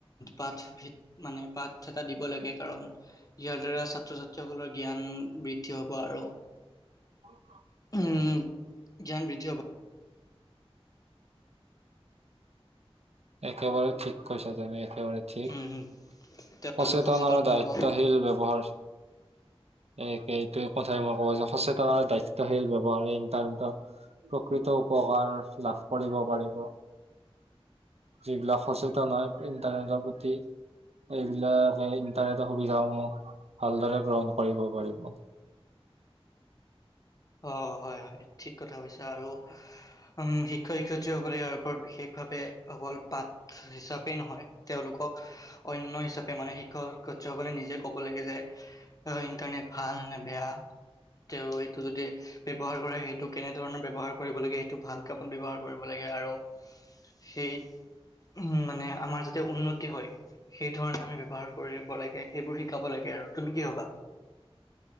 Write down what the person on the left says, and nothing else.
পাঠ ভিত মানে পাঠ এটা দিব লাগে কাৰণ ইয়াৰ দ্বাৰা ছাত্ৰ ছাত্ৰীসকলৰ জ্ঞান বৃদ্ধি হ'ব আৰু
উম জ্ঞান বৃদ্ধি হ'ব
উম হম তেওঁলোক
হ'ব
অহঁ হয় হয় ঠিক কথা হৈছে আৰু উম, শিক্ষক শিক্ষয়িত্ৰীসকলে ইয়াৰ ওপৰত বিশেষভাৱে অকল পাঠ হিচাপেই নহয় তেওঁলোকক অন্য হিচাপে মানে শিক্ষক শিক্ষয়িত্ৰীসকলে নিজে ক'ব লাগে যে ইণ্টাৰনেট ভাল নে বেয়া তেওঁ সেইটো যদি ব্যৱহাৰ কৰে সেইটো কেনেধৰণৰ ব্যৱহাৰ কৰিব লাগে সেইটো ভাল কামত ব্যৱহাৰ কৰিব লাগে আৰু সেই উম, মানে আমাৰ যাতে উন্নতি হয় সেই ধৰণে আমি ব্যৱহাৰ কৰিব লাগে। সেইবোৰ শিকাব লাগে আৰু তুমি কি কবা?